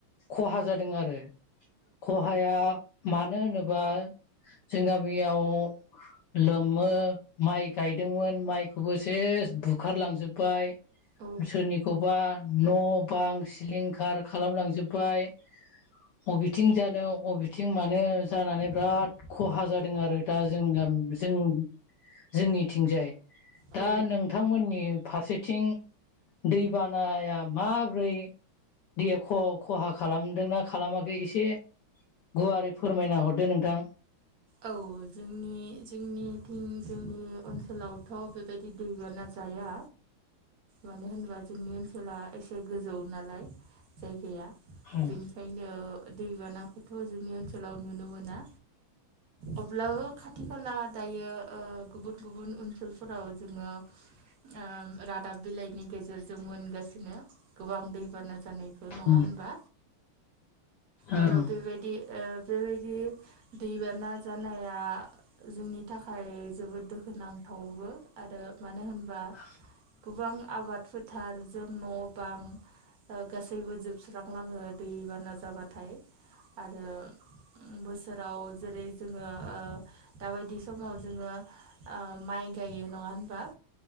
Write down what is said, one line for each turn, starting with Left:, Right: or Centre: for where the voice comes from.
Left: खहा जादों आरो। खहाया मानो होनोबा जों गामियाव लोमो माइ गायदोंमोन माइखौबो से स बुखारलांजोब्बाय
Right: औ
Left: सोरनिखौबा न' बां सिलिंखार खालामलांजोब्बाय बबेथिं जादों अबेथिं मानो जानानै बिराद खहा जादों आरो दा जोंना जों जोंनिथिंजाय
Right: औ
Left: दा नोंथांमोननि फारसेथिं दैबानाया माब्रै दैया ख-खहा खालामदोंना खालामाखै एसे गुवारै फोरमायना हरदो नोंथां
Right: औ जोंनि जोंनिथिं जोंनि ओनसोलावथ' बेबायदि दैबाना जा जाया मानो होनबा जोंनि ओनसोला एसे गोजौ नालाय जायगाया
Left: ओं
Right: बेनिखायनो दैबानाखौथ' जोंनि ओनसोलाव नुनो मोना अब्लाबो खा थि खाला दायो ओ गुबुन गुबुन ओनसोलफोराव जोङो ओ रा दाब बिलाइनि गेजेरजों मोनगासिनो गोबां दैबाना जानाय बे नङा
Left: ओं
Right: होनबा
Left: ओं
Right: आरो बेबायदि बेबायदि दैबाना जानाया जोंनि थाखाय जोबोद दुखु नांथावबो आरो मानो होन
Left: <inaudible>
Right: गोबां आबाद फोथारजों न' बां गासैबो जोब सुस्रांलाङो दै बाना जाबाथाय आरो बोसोराव जेरै जोङो दाबायदि समाव जोङो माइ गायो नङा होनबा?